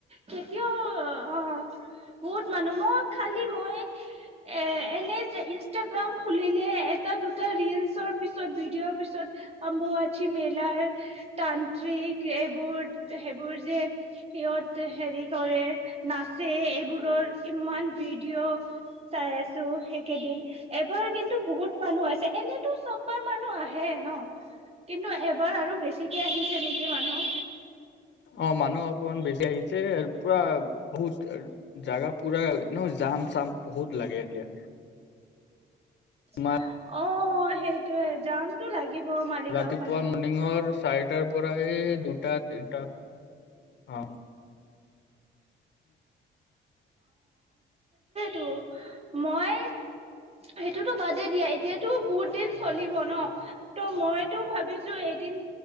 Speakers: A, on the right; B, on the left.
A: কেতিয়াও আহ বহুত মানুহ মই খালি মই এ এনে যে ইনষ্টাগ্ৰাম খুলিলে এটা দুটা ৰিলচৰ পিছত ভিডিঅ'ৰ পিছত অম্বুৱাচী মেলাৰ তান্ত্ৰিক এইবোৰ সেইবোৰ যে সিহঁত হেৰি কৰে নাচে এইবোৰৰ ইমান ভিডিঅ' চাই আছো সেইকেইদিন এইবাৰ কিন্তু বহুত মানুহ আছে এনেতো চববাৰ মানুহ আহে ন কিন্তু এবাৰ আৰু বেছিকে আহিছে নেকি মানুহ
B: অ মানুহ অকমান বেছি হিছে পূৰা বহুত জাগা পুৰা ন জাম চাম বহুত লাগে এতিয়া
A: <inaudible>
B: তোমাৰ
A: অ সেইটোয়ে জামতটো লাগিব মালিগাঁও
B: ৰাতিপুৱা
A: ফালে
B: মৰ্ণিঙৰ চাৰিটাৰ পৰা এই দু টা তিনটা অ
A: টো মই সেইটোতো বাদে দিয়া এতিয়াতো বহুত দিন চলিব ন ত মইতো ভাবিছো এদিন